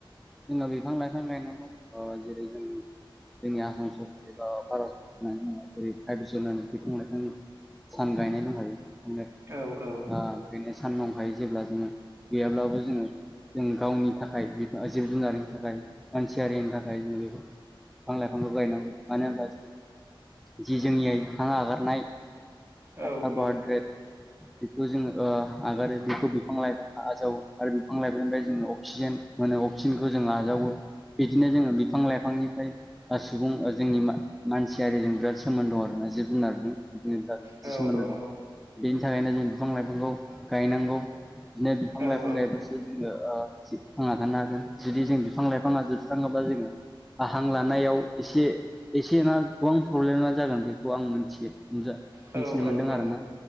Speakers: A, in the centre; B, on the right.
A: जोंनाव बिफां लाइफां गायनांगौ अ' जेरै जों जोंनि आसाम सरक ओ भारत होननानै बुंइो जेरै फायप जुन बिफां लाइफां सान गायनाय दं खायो ओं
B: औ औ
A: बेनो सान दंखायो जेब्ला जोङो गैयाब्लाबो जोङो जों गावनि थाखाय जिब जुनारनि थाखाय मानसियारिनि थाखाय जों बेखौ बिफां लाइफां गायनांगौ मानो होनबा जों जि जोंनिय हां हगारनाय
B: औ
A: काबबर्थडे
B: औ
A: बेखौ जोङो आगारो बेखौ बिफां लाइ आजावो आरो बिफां लाइफनिफ्राय जों अक्सिजेन मोनो अक्सिजेनखौ जों आजावो बिदिनो जोङो बिफां लाइफांनिफ्राय सुबुं जोंनि मानसियारिजों बिराद सोमोन्द दं आरोना जिबजुनारजों बिदिनो बिराद खाथि
B: औ
A: सोमोन्दो
B: औ
A: दं बेनि थाखायनो जों बिफां लाइफांखौ गायनांगौ बिदिनो बिफां
B: औ
A: लाइफां
B: औ
A: गायबासो जोङो थांना थानो हागोन जुदि जों बिफां लाइफाङा जोबस्रांङोबा जोङो ाहां लानायाव एसे एसे नना गोबां प्रब्लेमा जागोन बेखौ आं मिथियो नजा
B: औ
A: मोनथिनो मोनदों
B: औ
A: आरो
B: औ
A: नाां